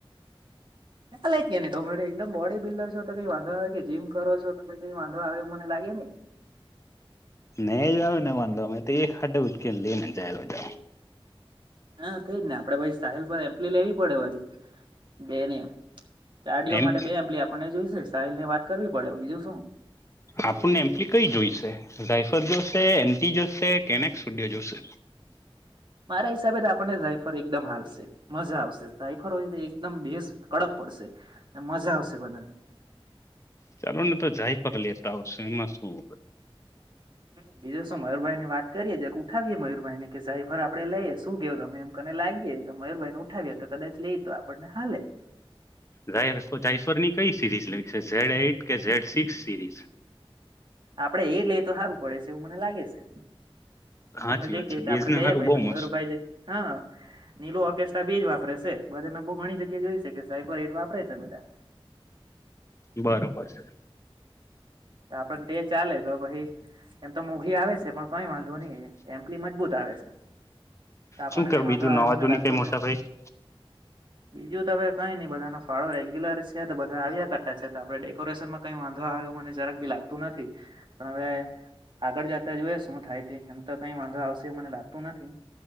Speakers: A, on the right; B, on the left.
A: લ એકમ બોડી બિલ્ડર છો તો કઈ વાો આવે કે જીમ કરો છો તો કઈ વાંધો આવે મને એને
B: નહી જાવ ને વાંધો અમે તો એક ખાે ઉચકેને લઈને જાય જા
A: હા થજ ને આપડે ભાઈ સાહલ પર એમ્પલી લેવી પડે વારી બે નમ ચાર ડડીઓલ
B: એમ
A: માટે બે એમ્પલી આપણને જોઈશે સાહિલ ને વાત કરવી પડે બીજું શું
B: આપણને એમ્પ્લી કઈ જોઈશે રાય જોશે એમ જોશે કેનેક સૂડ્ય જોશે
A: મારા હિસાબે આપણને જાય સાફર એકદમ હાલશે મજા આવશે સાઈફર હોય તો એકદમ બેસ કડક પડશે મજા આવશે બધાને
B: ચાલો ને તો જાય ફ લે એટલા વર્ષ એમાં શું
A: હ બીજું શું મયુરભાઈ ને વાત કરીએે એક ઉઠાવીએે મયુરભાઈ ને કે સાઈ ફર આપડે લઈએ શું કેવ તમે એમ કને લાગીએ તો મયુરભાઈ ને ઉઠાવી તો કદાચ લઈએ તો આપણને હાલે
B: જાય જાયસવર ની કઈ સીરીઝ લે ઝેડ એઈટ કે ઝેડ સિક્સ સિરીઝ
A: આપડે એ લઈ તો સારું પડે છે એવું મને લાગે છે
B: સાચી
A: તોમે જે
B: વાત
A: કે
B: છે બેઝને
A: આપડે લઈએ
B: સારું
A: ભી
B: બહુ
A: તો મયુરભાઈ
B: મસ્ત
A: છે હા નીલો ઓર્કેસ્ટ્રા બીજ વાપરે છે બધા મેં બહું ઘણી જગ્યા જોઈ છે કે સાયબર હેટ વાપરે છે બધા
B: બરોબર છે
A: તો આપણ તે ચાલે તો પછી એમ તો મોંઘી આવે છે પણ કઈ વાંધો નહી એમલી મજબૂત આવે છે તો આપણને
B: શું કે
A: કઈ
B: બીજું
A: વાંધો આવે
B: નવા
A: મને
B: જૂની
A: લાગતો
B: કઈ મોટા
A: ને
B: ભાઈ
A: બીજું તો હવે કઈ નહી બધાનો ફાળો રેગ્યુલર છે તો બધા આવ્યા કરતા છે તો આપણે ડેકોરેશન માં કઈ વાંધો મને જરાક ભી લાગતું નથી પણ હવે આગળ જતા જોય શું થાય ત એમ તો કઈ વાંધો આવશે મને લાગતું નથી